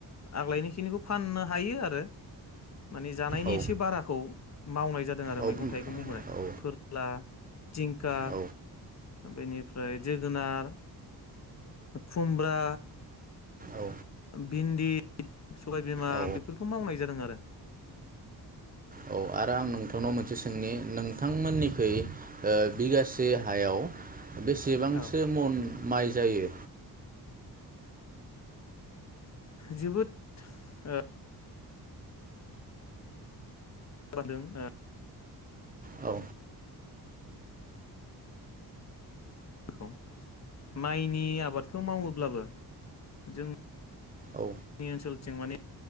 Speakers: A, on the left (about 45°); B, on the right (about 20°).
A: आगलायनाय खिनिखौ फाननो हायो आरो माने जानायनि
B: औ
A: एसे बाराखौ मावनाय जादों आरो
B: औ
A: मैगं थाइगं महरै
B: औ
A: फोरला जिंखा
B: औ
A: बेनिफ्राय जोगोनार खुमब्रा
B: औ
A: बिन्दि सबायबिमा
B: औ
A: बेफोरखौ मावनाय जादों आर <unintelligible>
B: औ आरो आं नोंथांनाव मोनसे सोंनि नोंथांमोननि खै ओ बिगासे हायाव बेसेबांसो
A: औ
B: मन माइ जायो
A: जोबोद ओ <unintelligible>
B: औ
A: <unintelligible> माइनि आबादखौ मावोब्लाबो जों
B: औ
A: नि ओनसोलथिं माने